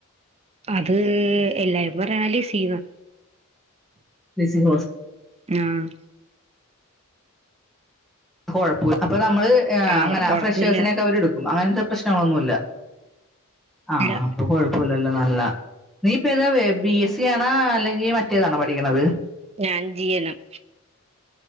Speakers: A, on the right; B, in the centre.
A: അത് എല്ലാരും പറയണ ലിസിന്നാ
B: ലിസി ഹോസ്
A: ആഹ്
B: കൊഴപ്പുല്ല അപ്പൊ നമ്മള്
A: ആഹ്
B: അങ്ങനെ
A: അവിടെ കൊഴപ്പില്ല
B: ഫ്രഷേഴ്സിനെക്കെ അവര് എടു ക്കും അങ്ങൻത്തെ പ്രശ്നങ്ങളൊന്നുല്ല ആഹ്
A: ഇല്ല
B: അപൊ കൊഴു പ്പുല നല്ല നീ ഇപ്പ ഏതാ ബി എസ് സി ആണോ അല്ലെങ്കിൽ മറ്റേതാണോ പഠിക്കണത്
A: ഞാൻ G N M